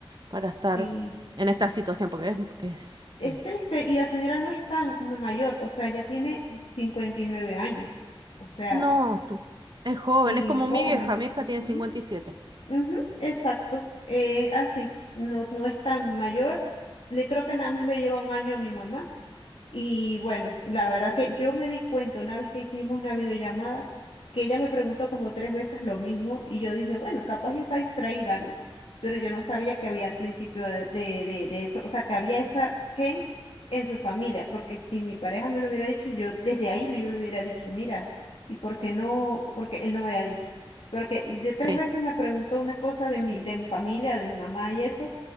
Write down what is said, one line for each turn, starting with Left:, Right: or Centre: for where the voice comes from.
Right: para estar
Left: Sí,
Right: en esta situación, porque es,
Left: es
Right: es eh,
Left: triste y la señora no es tan no, mayor, o sea, ya tiene 59 años, o sea,
Right: no, t- es joven,
Left: sí,
Right: es como
Left: joven.
Right: mi vieja, mi hija tiene
Left: Ujú,
Right: 57.
Left: ujú, exacto, eh, así, no, no es tan mayor. Le creo que nada más le lleva un año a mi mamá. Y bueno, la verdad que yo me di cuenta una vez que hicimos una videollamada que ella me preguntó como tres veces lo mismo y yo dije, bueno, capaz ya está distraída, ¿no? Pero yo no sabía que había al principio de, de, de- de eso, o sea, que había esa gen en su familia, porque si mi pareja me lo hubiera dicho, yo desde ahí yo le hubiera dicho, mira, ¿y por qué no? Porque él no me había dicho. Porque de tres
Right: Sí,
Left: veces me preguntó una cosa de mi,
Right: Ujú.
Left: de mi familia, de mi mamá y eso,